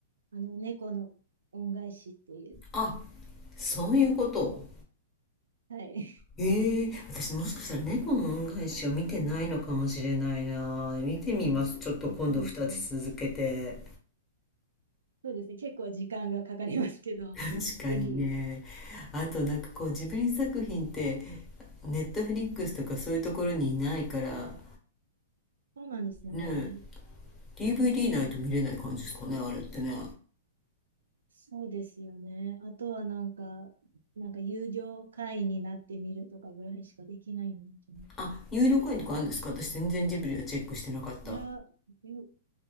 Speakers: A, on the right; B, on the left.
A: の、猫の恩返しっていう。
B: あそういうこと
A: はい。
B: ええ私もしかしたら猫の恩返しを見てないのかもしれないな見てみますちょっと今度2つ続けて
A: <laughs> そうなんですね。そうですね。結構時間がかかりますけど、
B: 確かにね
A: <laughs> ぜひ。
B: あとなんかこうジブリ作品ってネットフリックスとかそういうところにいないから
A: そうなんですよね。
B: ね DVD ないと見れない感じですかねあれってね
A: そうですよね。あとはなんか、なんか友情会員になってみるとかぐらいしかできないんじゃないかな。
B: あ入力園とかあるんですか私全然ジブリはチェックしてなかった
A: いや、よ